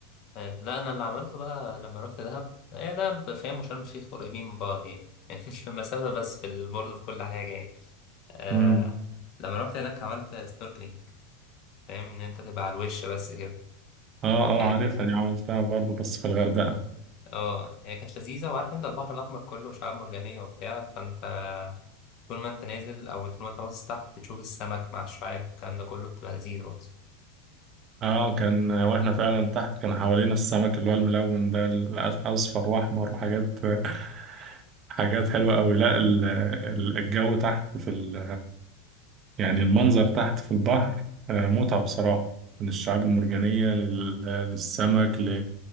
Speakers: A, on the left; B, on the right.
A: يعني لا أنا اللي عملته بقى لما رحت دهب هي دهب فاهم وشرم الشيخ قريبين من بعض يعني <laughs> يعني مش في المسافة بس في ال- برضه في كل حاجة يعني آه
B: امم
A: لما رحت هناك عملت سنوركلينج فاهم إن أنت تبقى على الوش بس كده
B: اه اه
A: كان
B: عارفها دي عملتها برضو بس في الغردقة
A: اه هي كانت لذيذة وعارف أنت البحر الأحمر كله شعاب مرجانية وبتاع فأنت طول ما أنت نازل أو طول ما أنت باصص تحت بتشوف السمك مع الشعاب الكلام ده كله بتبقى لذيذ برضه
B: اه كان واحنا فعلا تحت كان حوالينا السمك اللي هو الملون ده الأصفر وأحمر وحاجات <laughs> حاجات حلوة أوي لا ال- ال- الجو تحت في ال يعني المنظر تحت في البحر آه، متعة بصراحة من الشعاب المرجانية لل- للسمك ل...